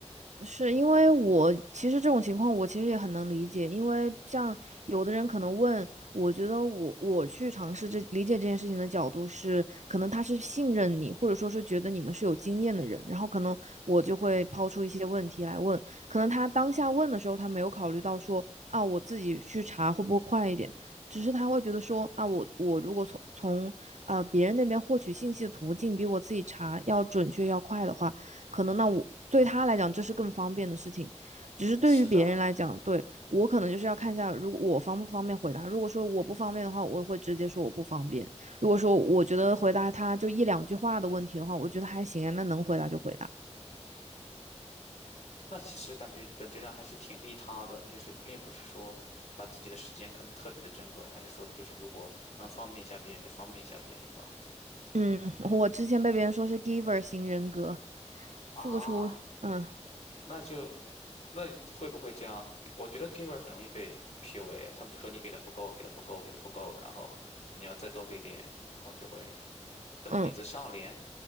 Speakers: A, on the right; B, on the left.
A: 是因为我其实这种情况，我其实也很能理解，因为像有的人可能问，我觉得我我去尝试这理解这件事情的角度是，可能他是信任你，或者说是觉得你们是有经验的人，然后可能我就会抛出一些问题来问，可能他当下问的时候，他没有考虑到说啊，我自己去查会不会快一点，只是他会觉得说啊，我我如果从从呃别人那边获取信息的途径比我自己查要准确要快的话。可能那我对他来讲这是更方便的事情，只是对于别人来讲，
B: 是的，
A: 对我可能就是要看一下，如果我方不方便回答。如果说我不方便的话，我会直接说我不方便。如果说我觉得回答他就一两句话的问题的话，我觉得还行啊，那能回答就回答。
B: 那其实感觉你本质上还是挺利他的，就是并不是说把自己的时间看得特别的珍贵，还是说就是如果能方便一下别人就方便一下别人吧。
A: 嗯，<laughs> 我之前被别人说是 giver 型人格，
B: 啊。
A: 付出，嗯
B: 那就那会不会这样？我觉得 giver 很容易被 PUA，他们就说你给的不够，给的不够，给的不够，然后你要再多给点，然后就会蹬鼻子上脸。
A: 嗯。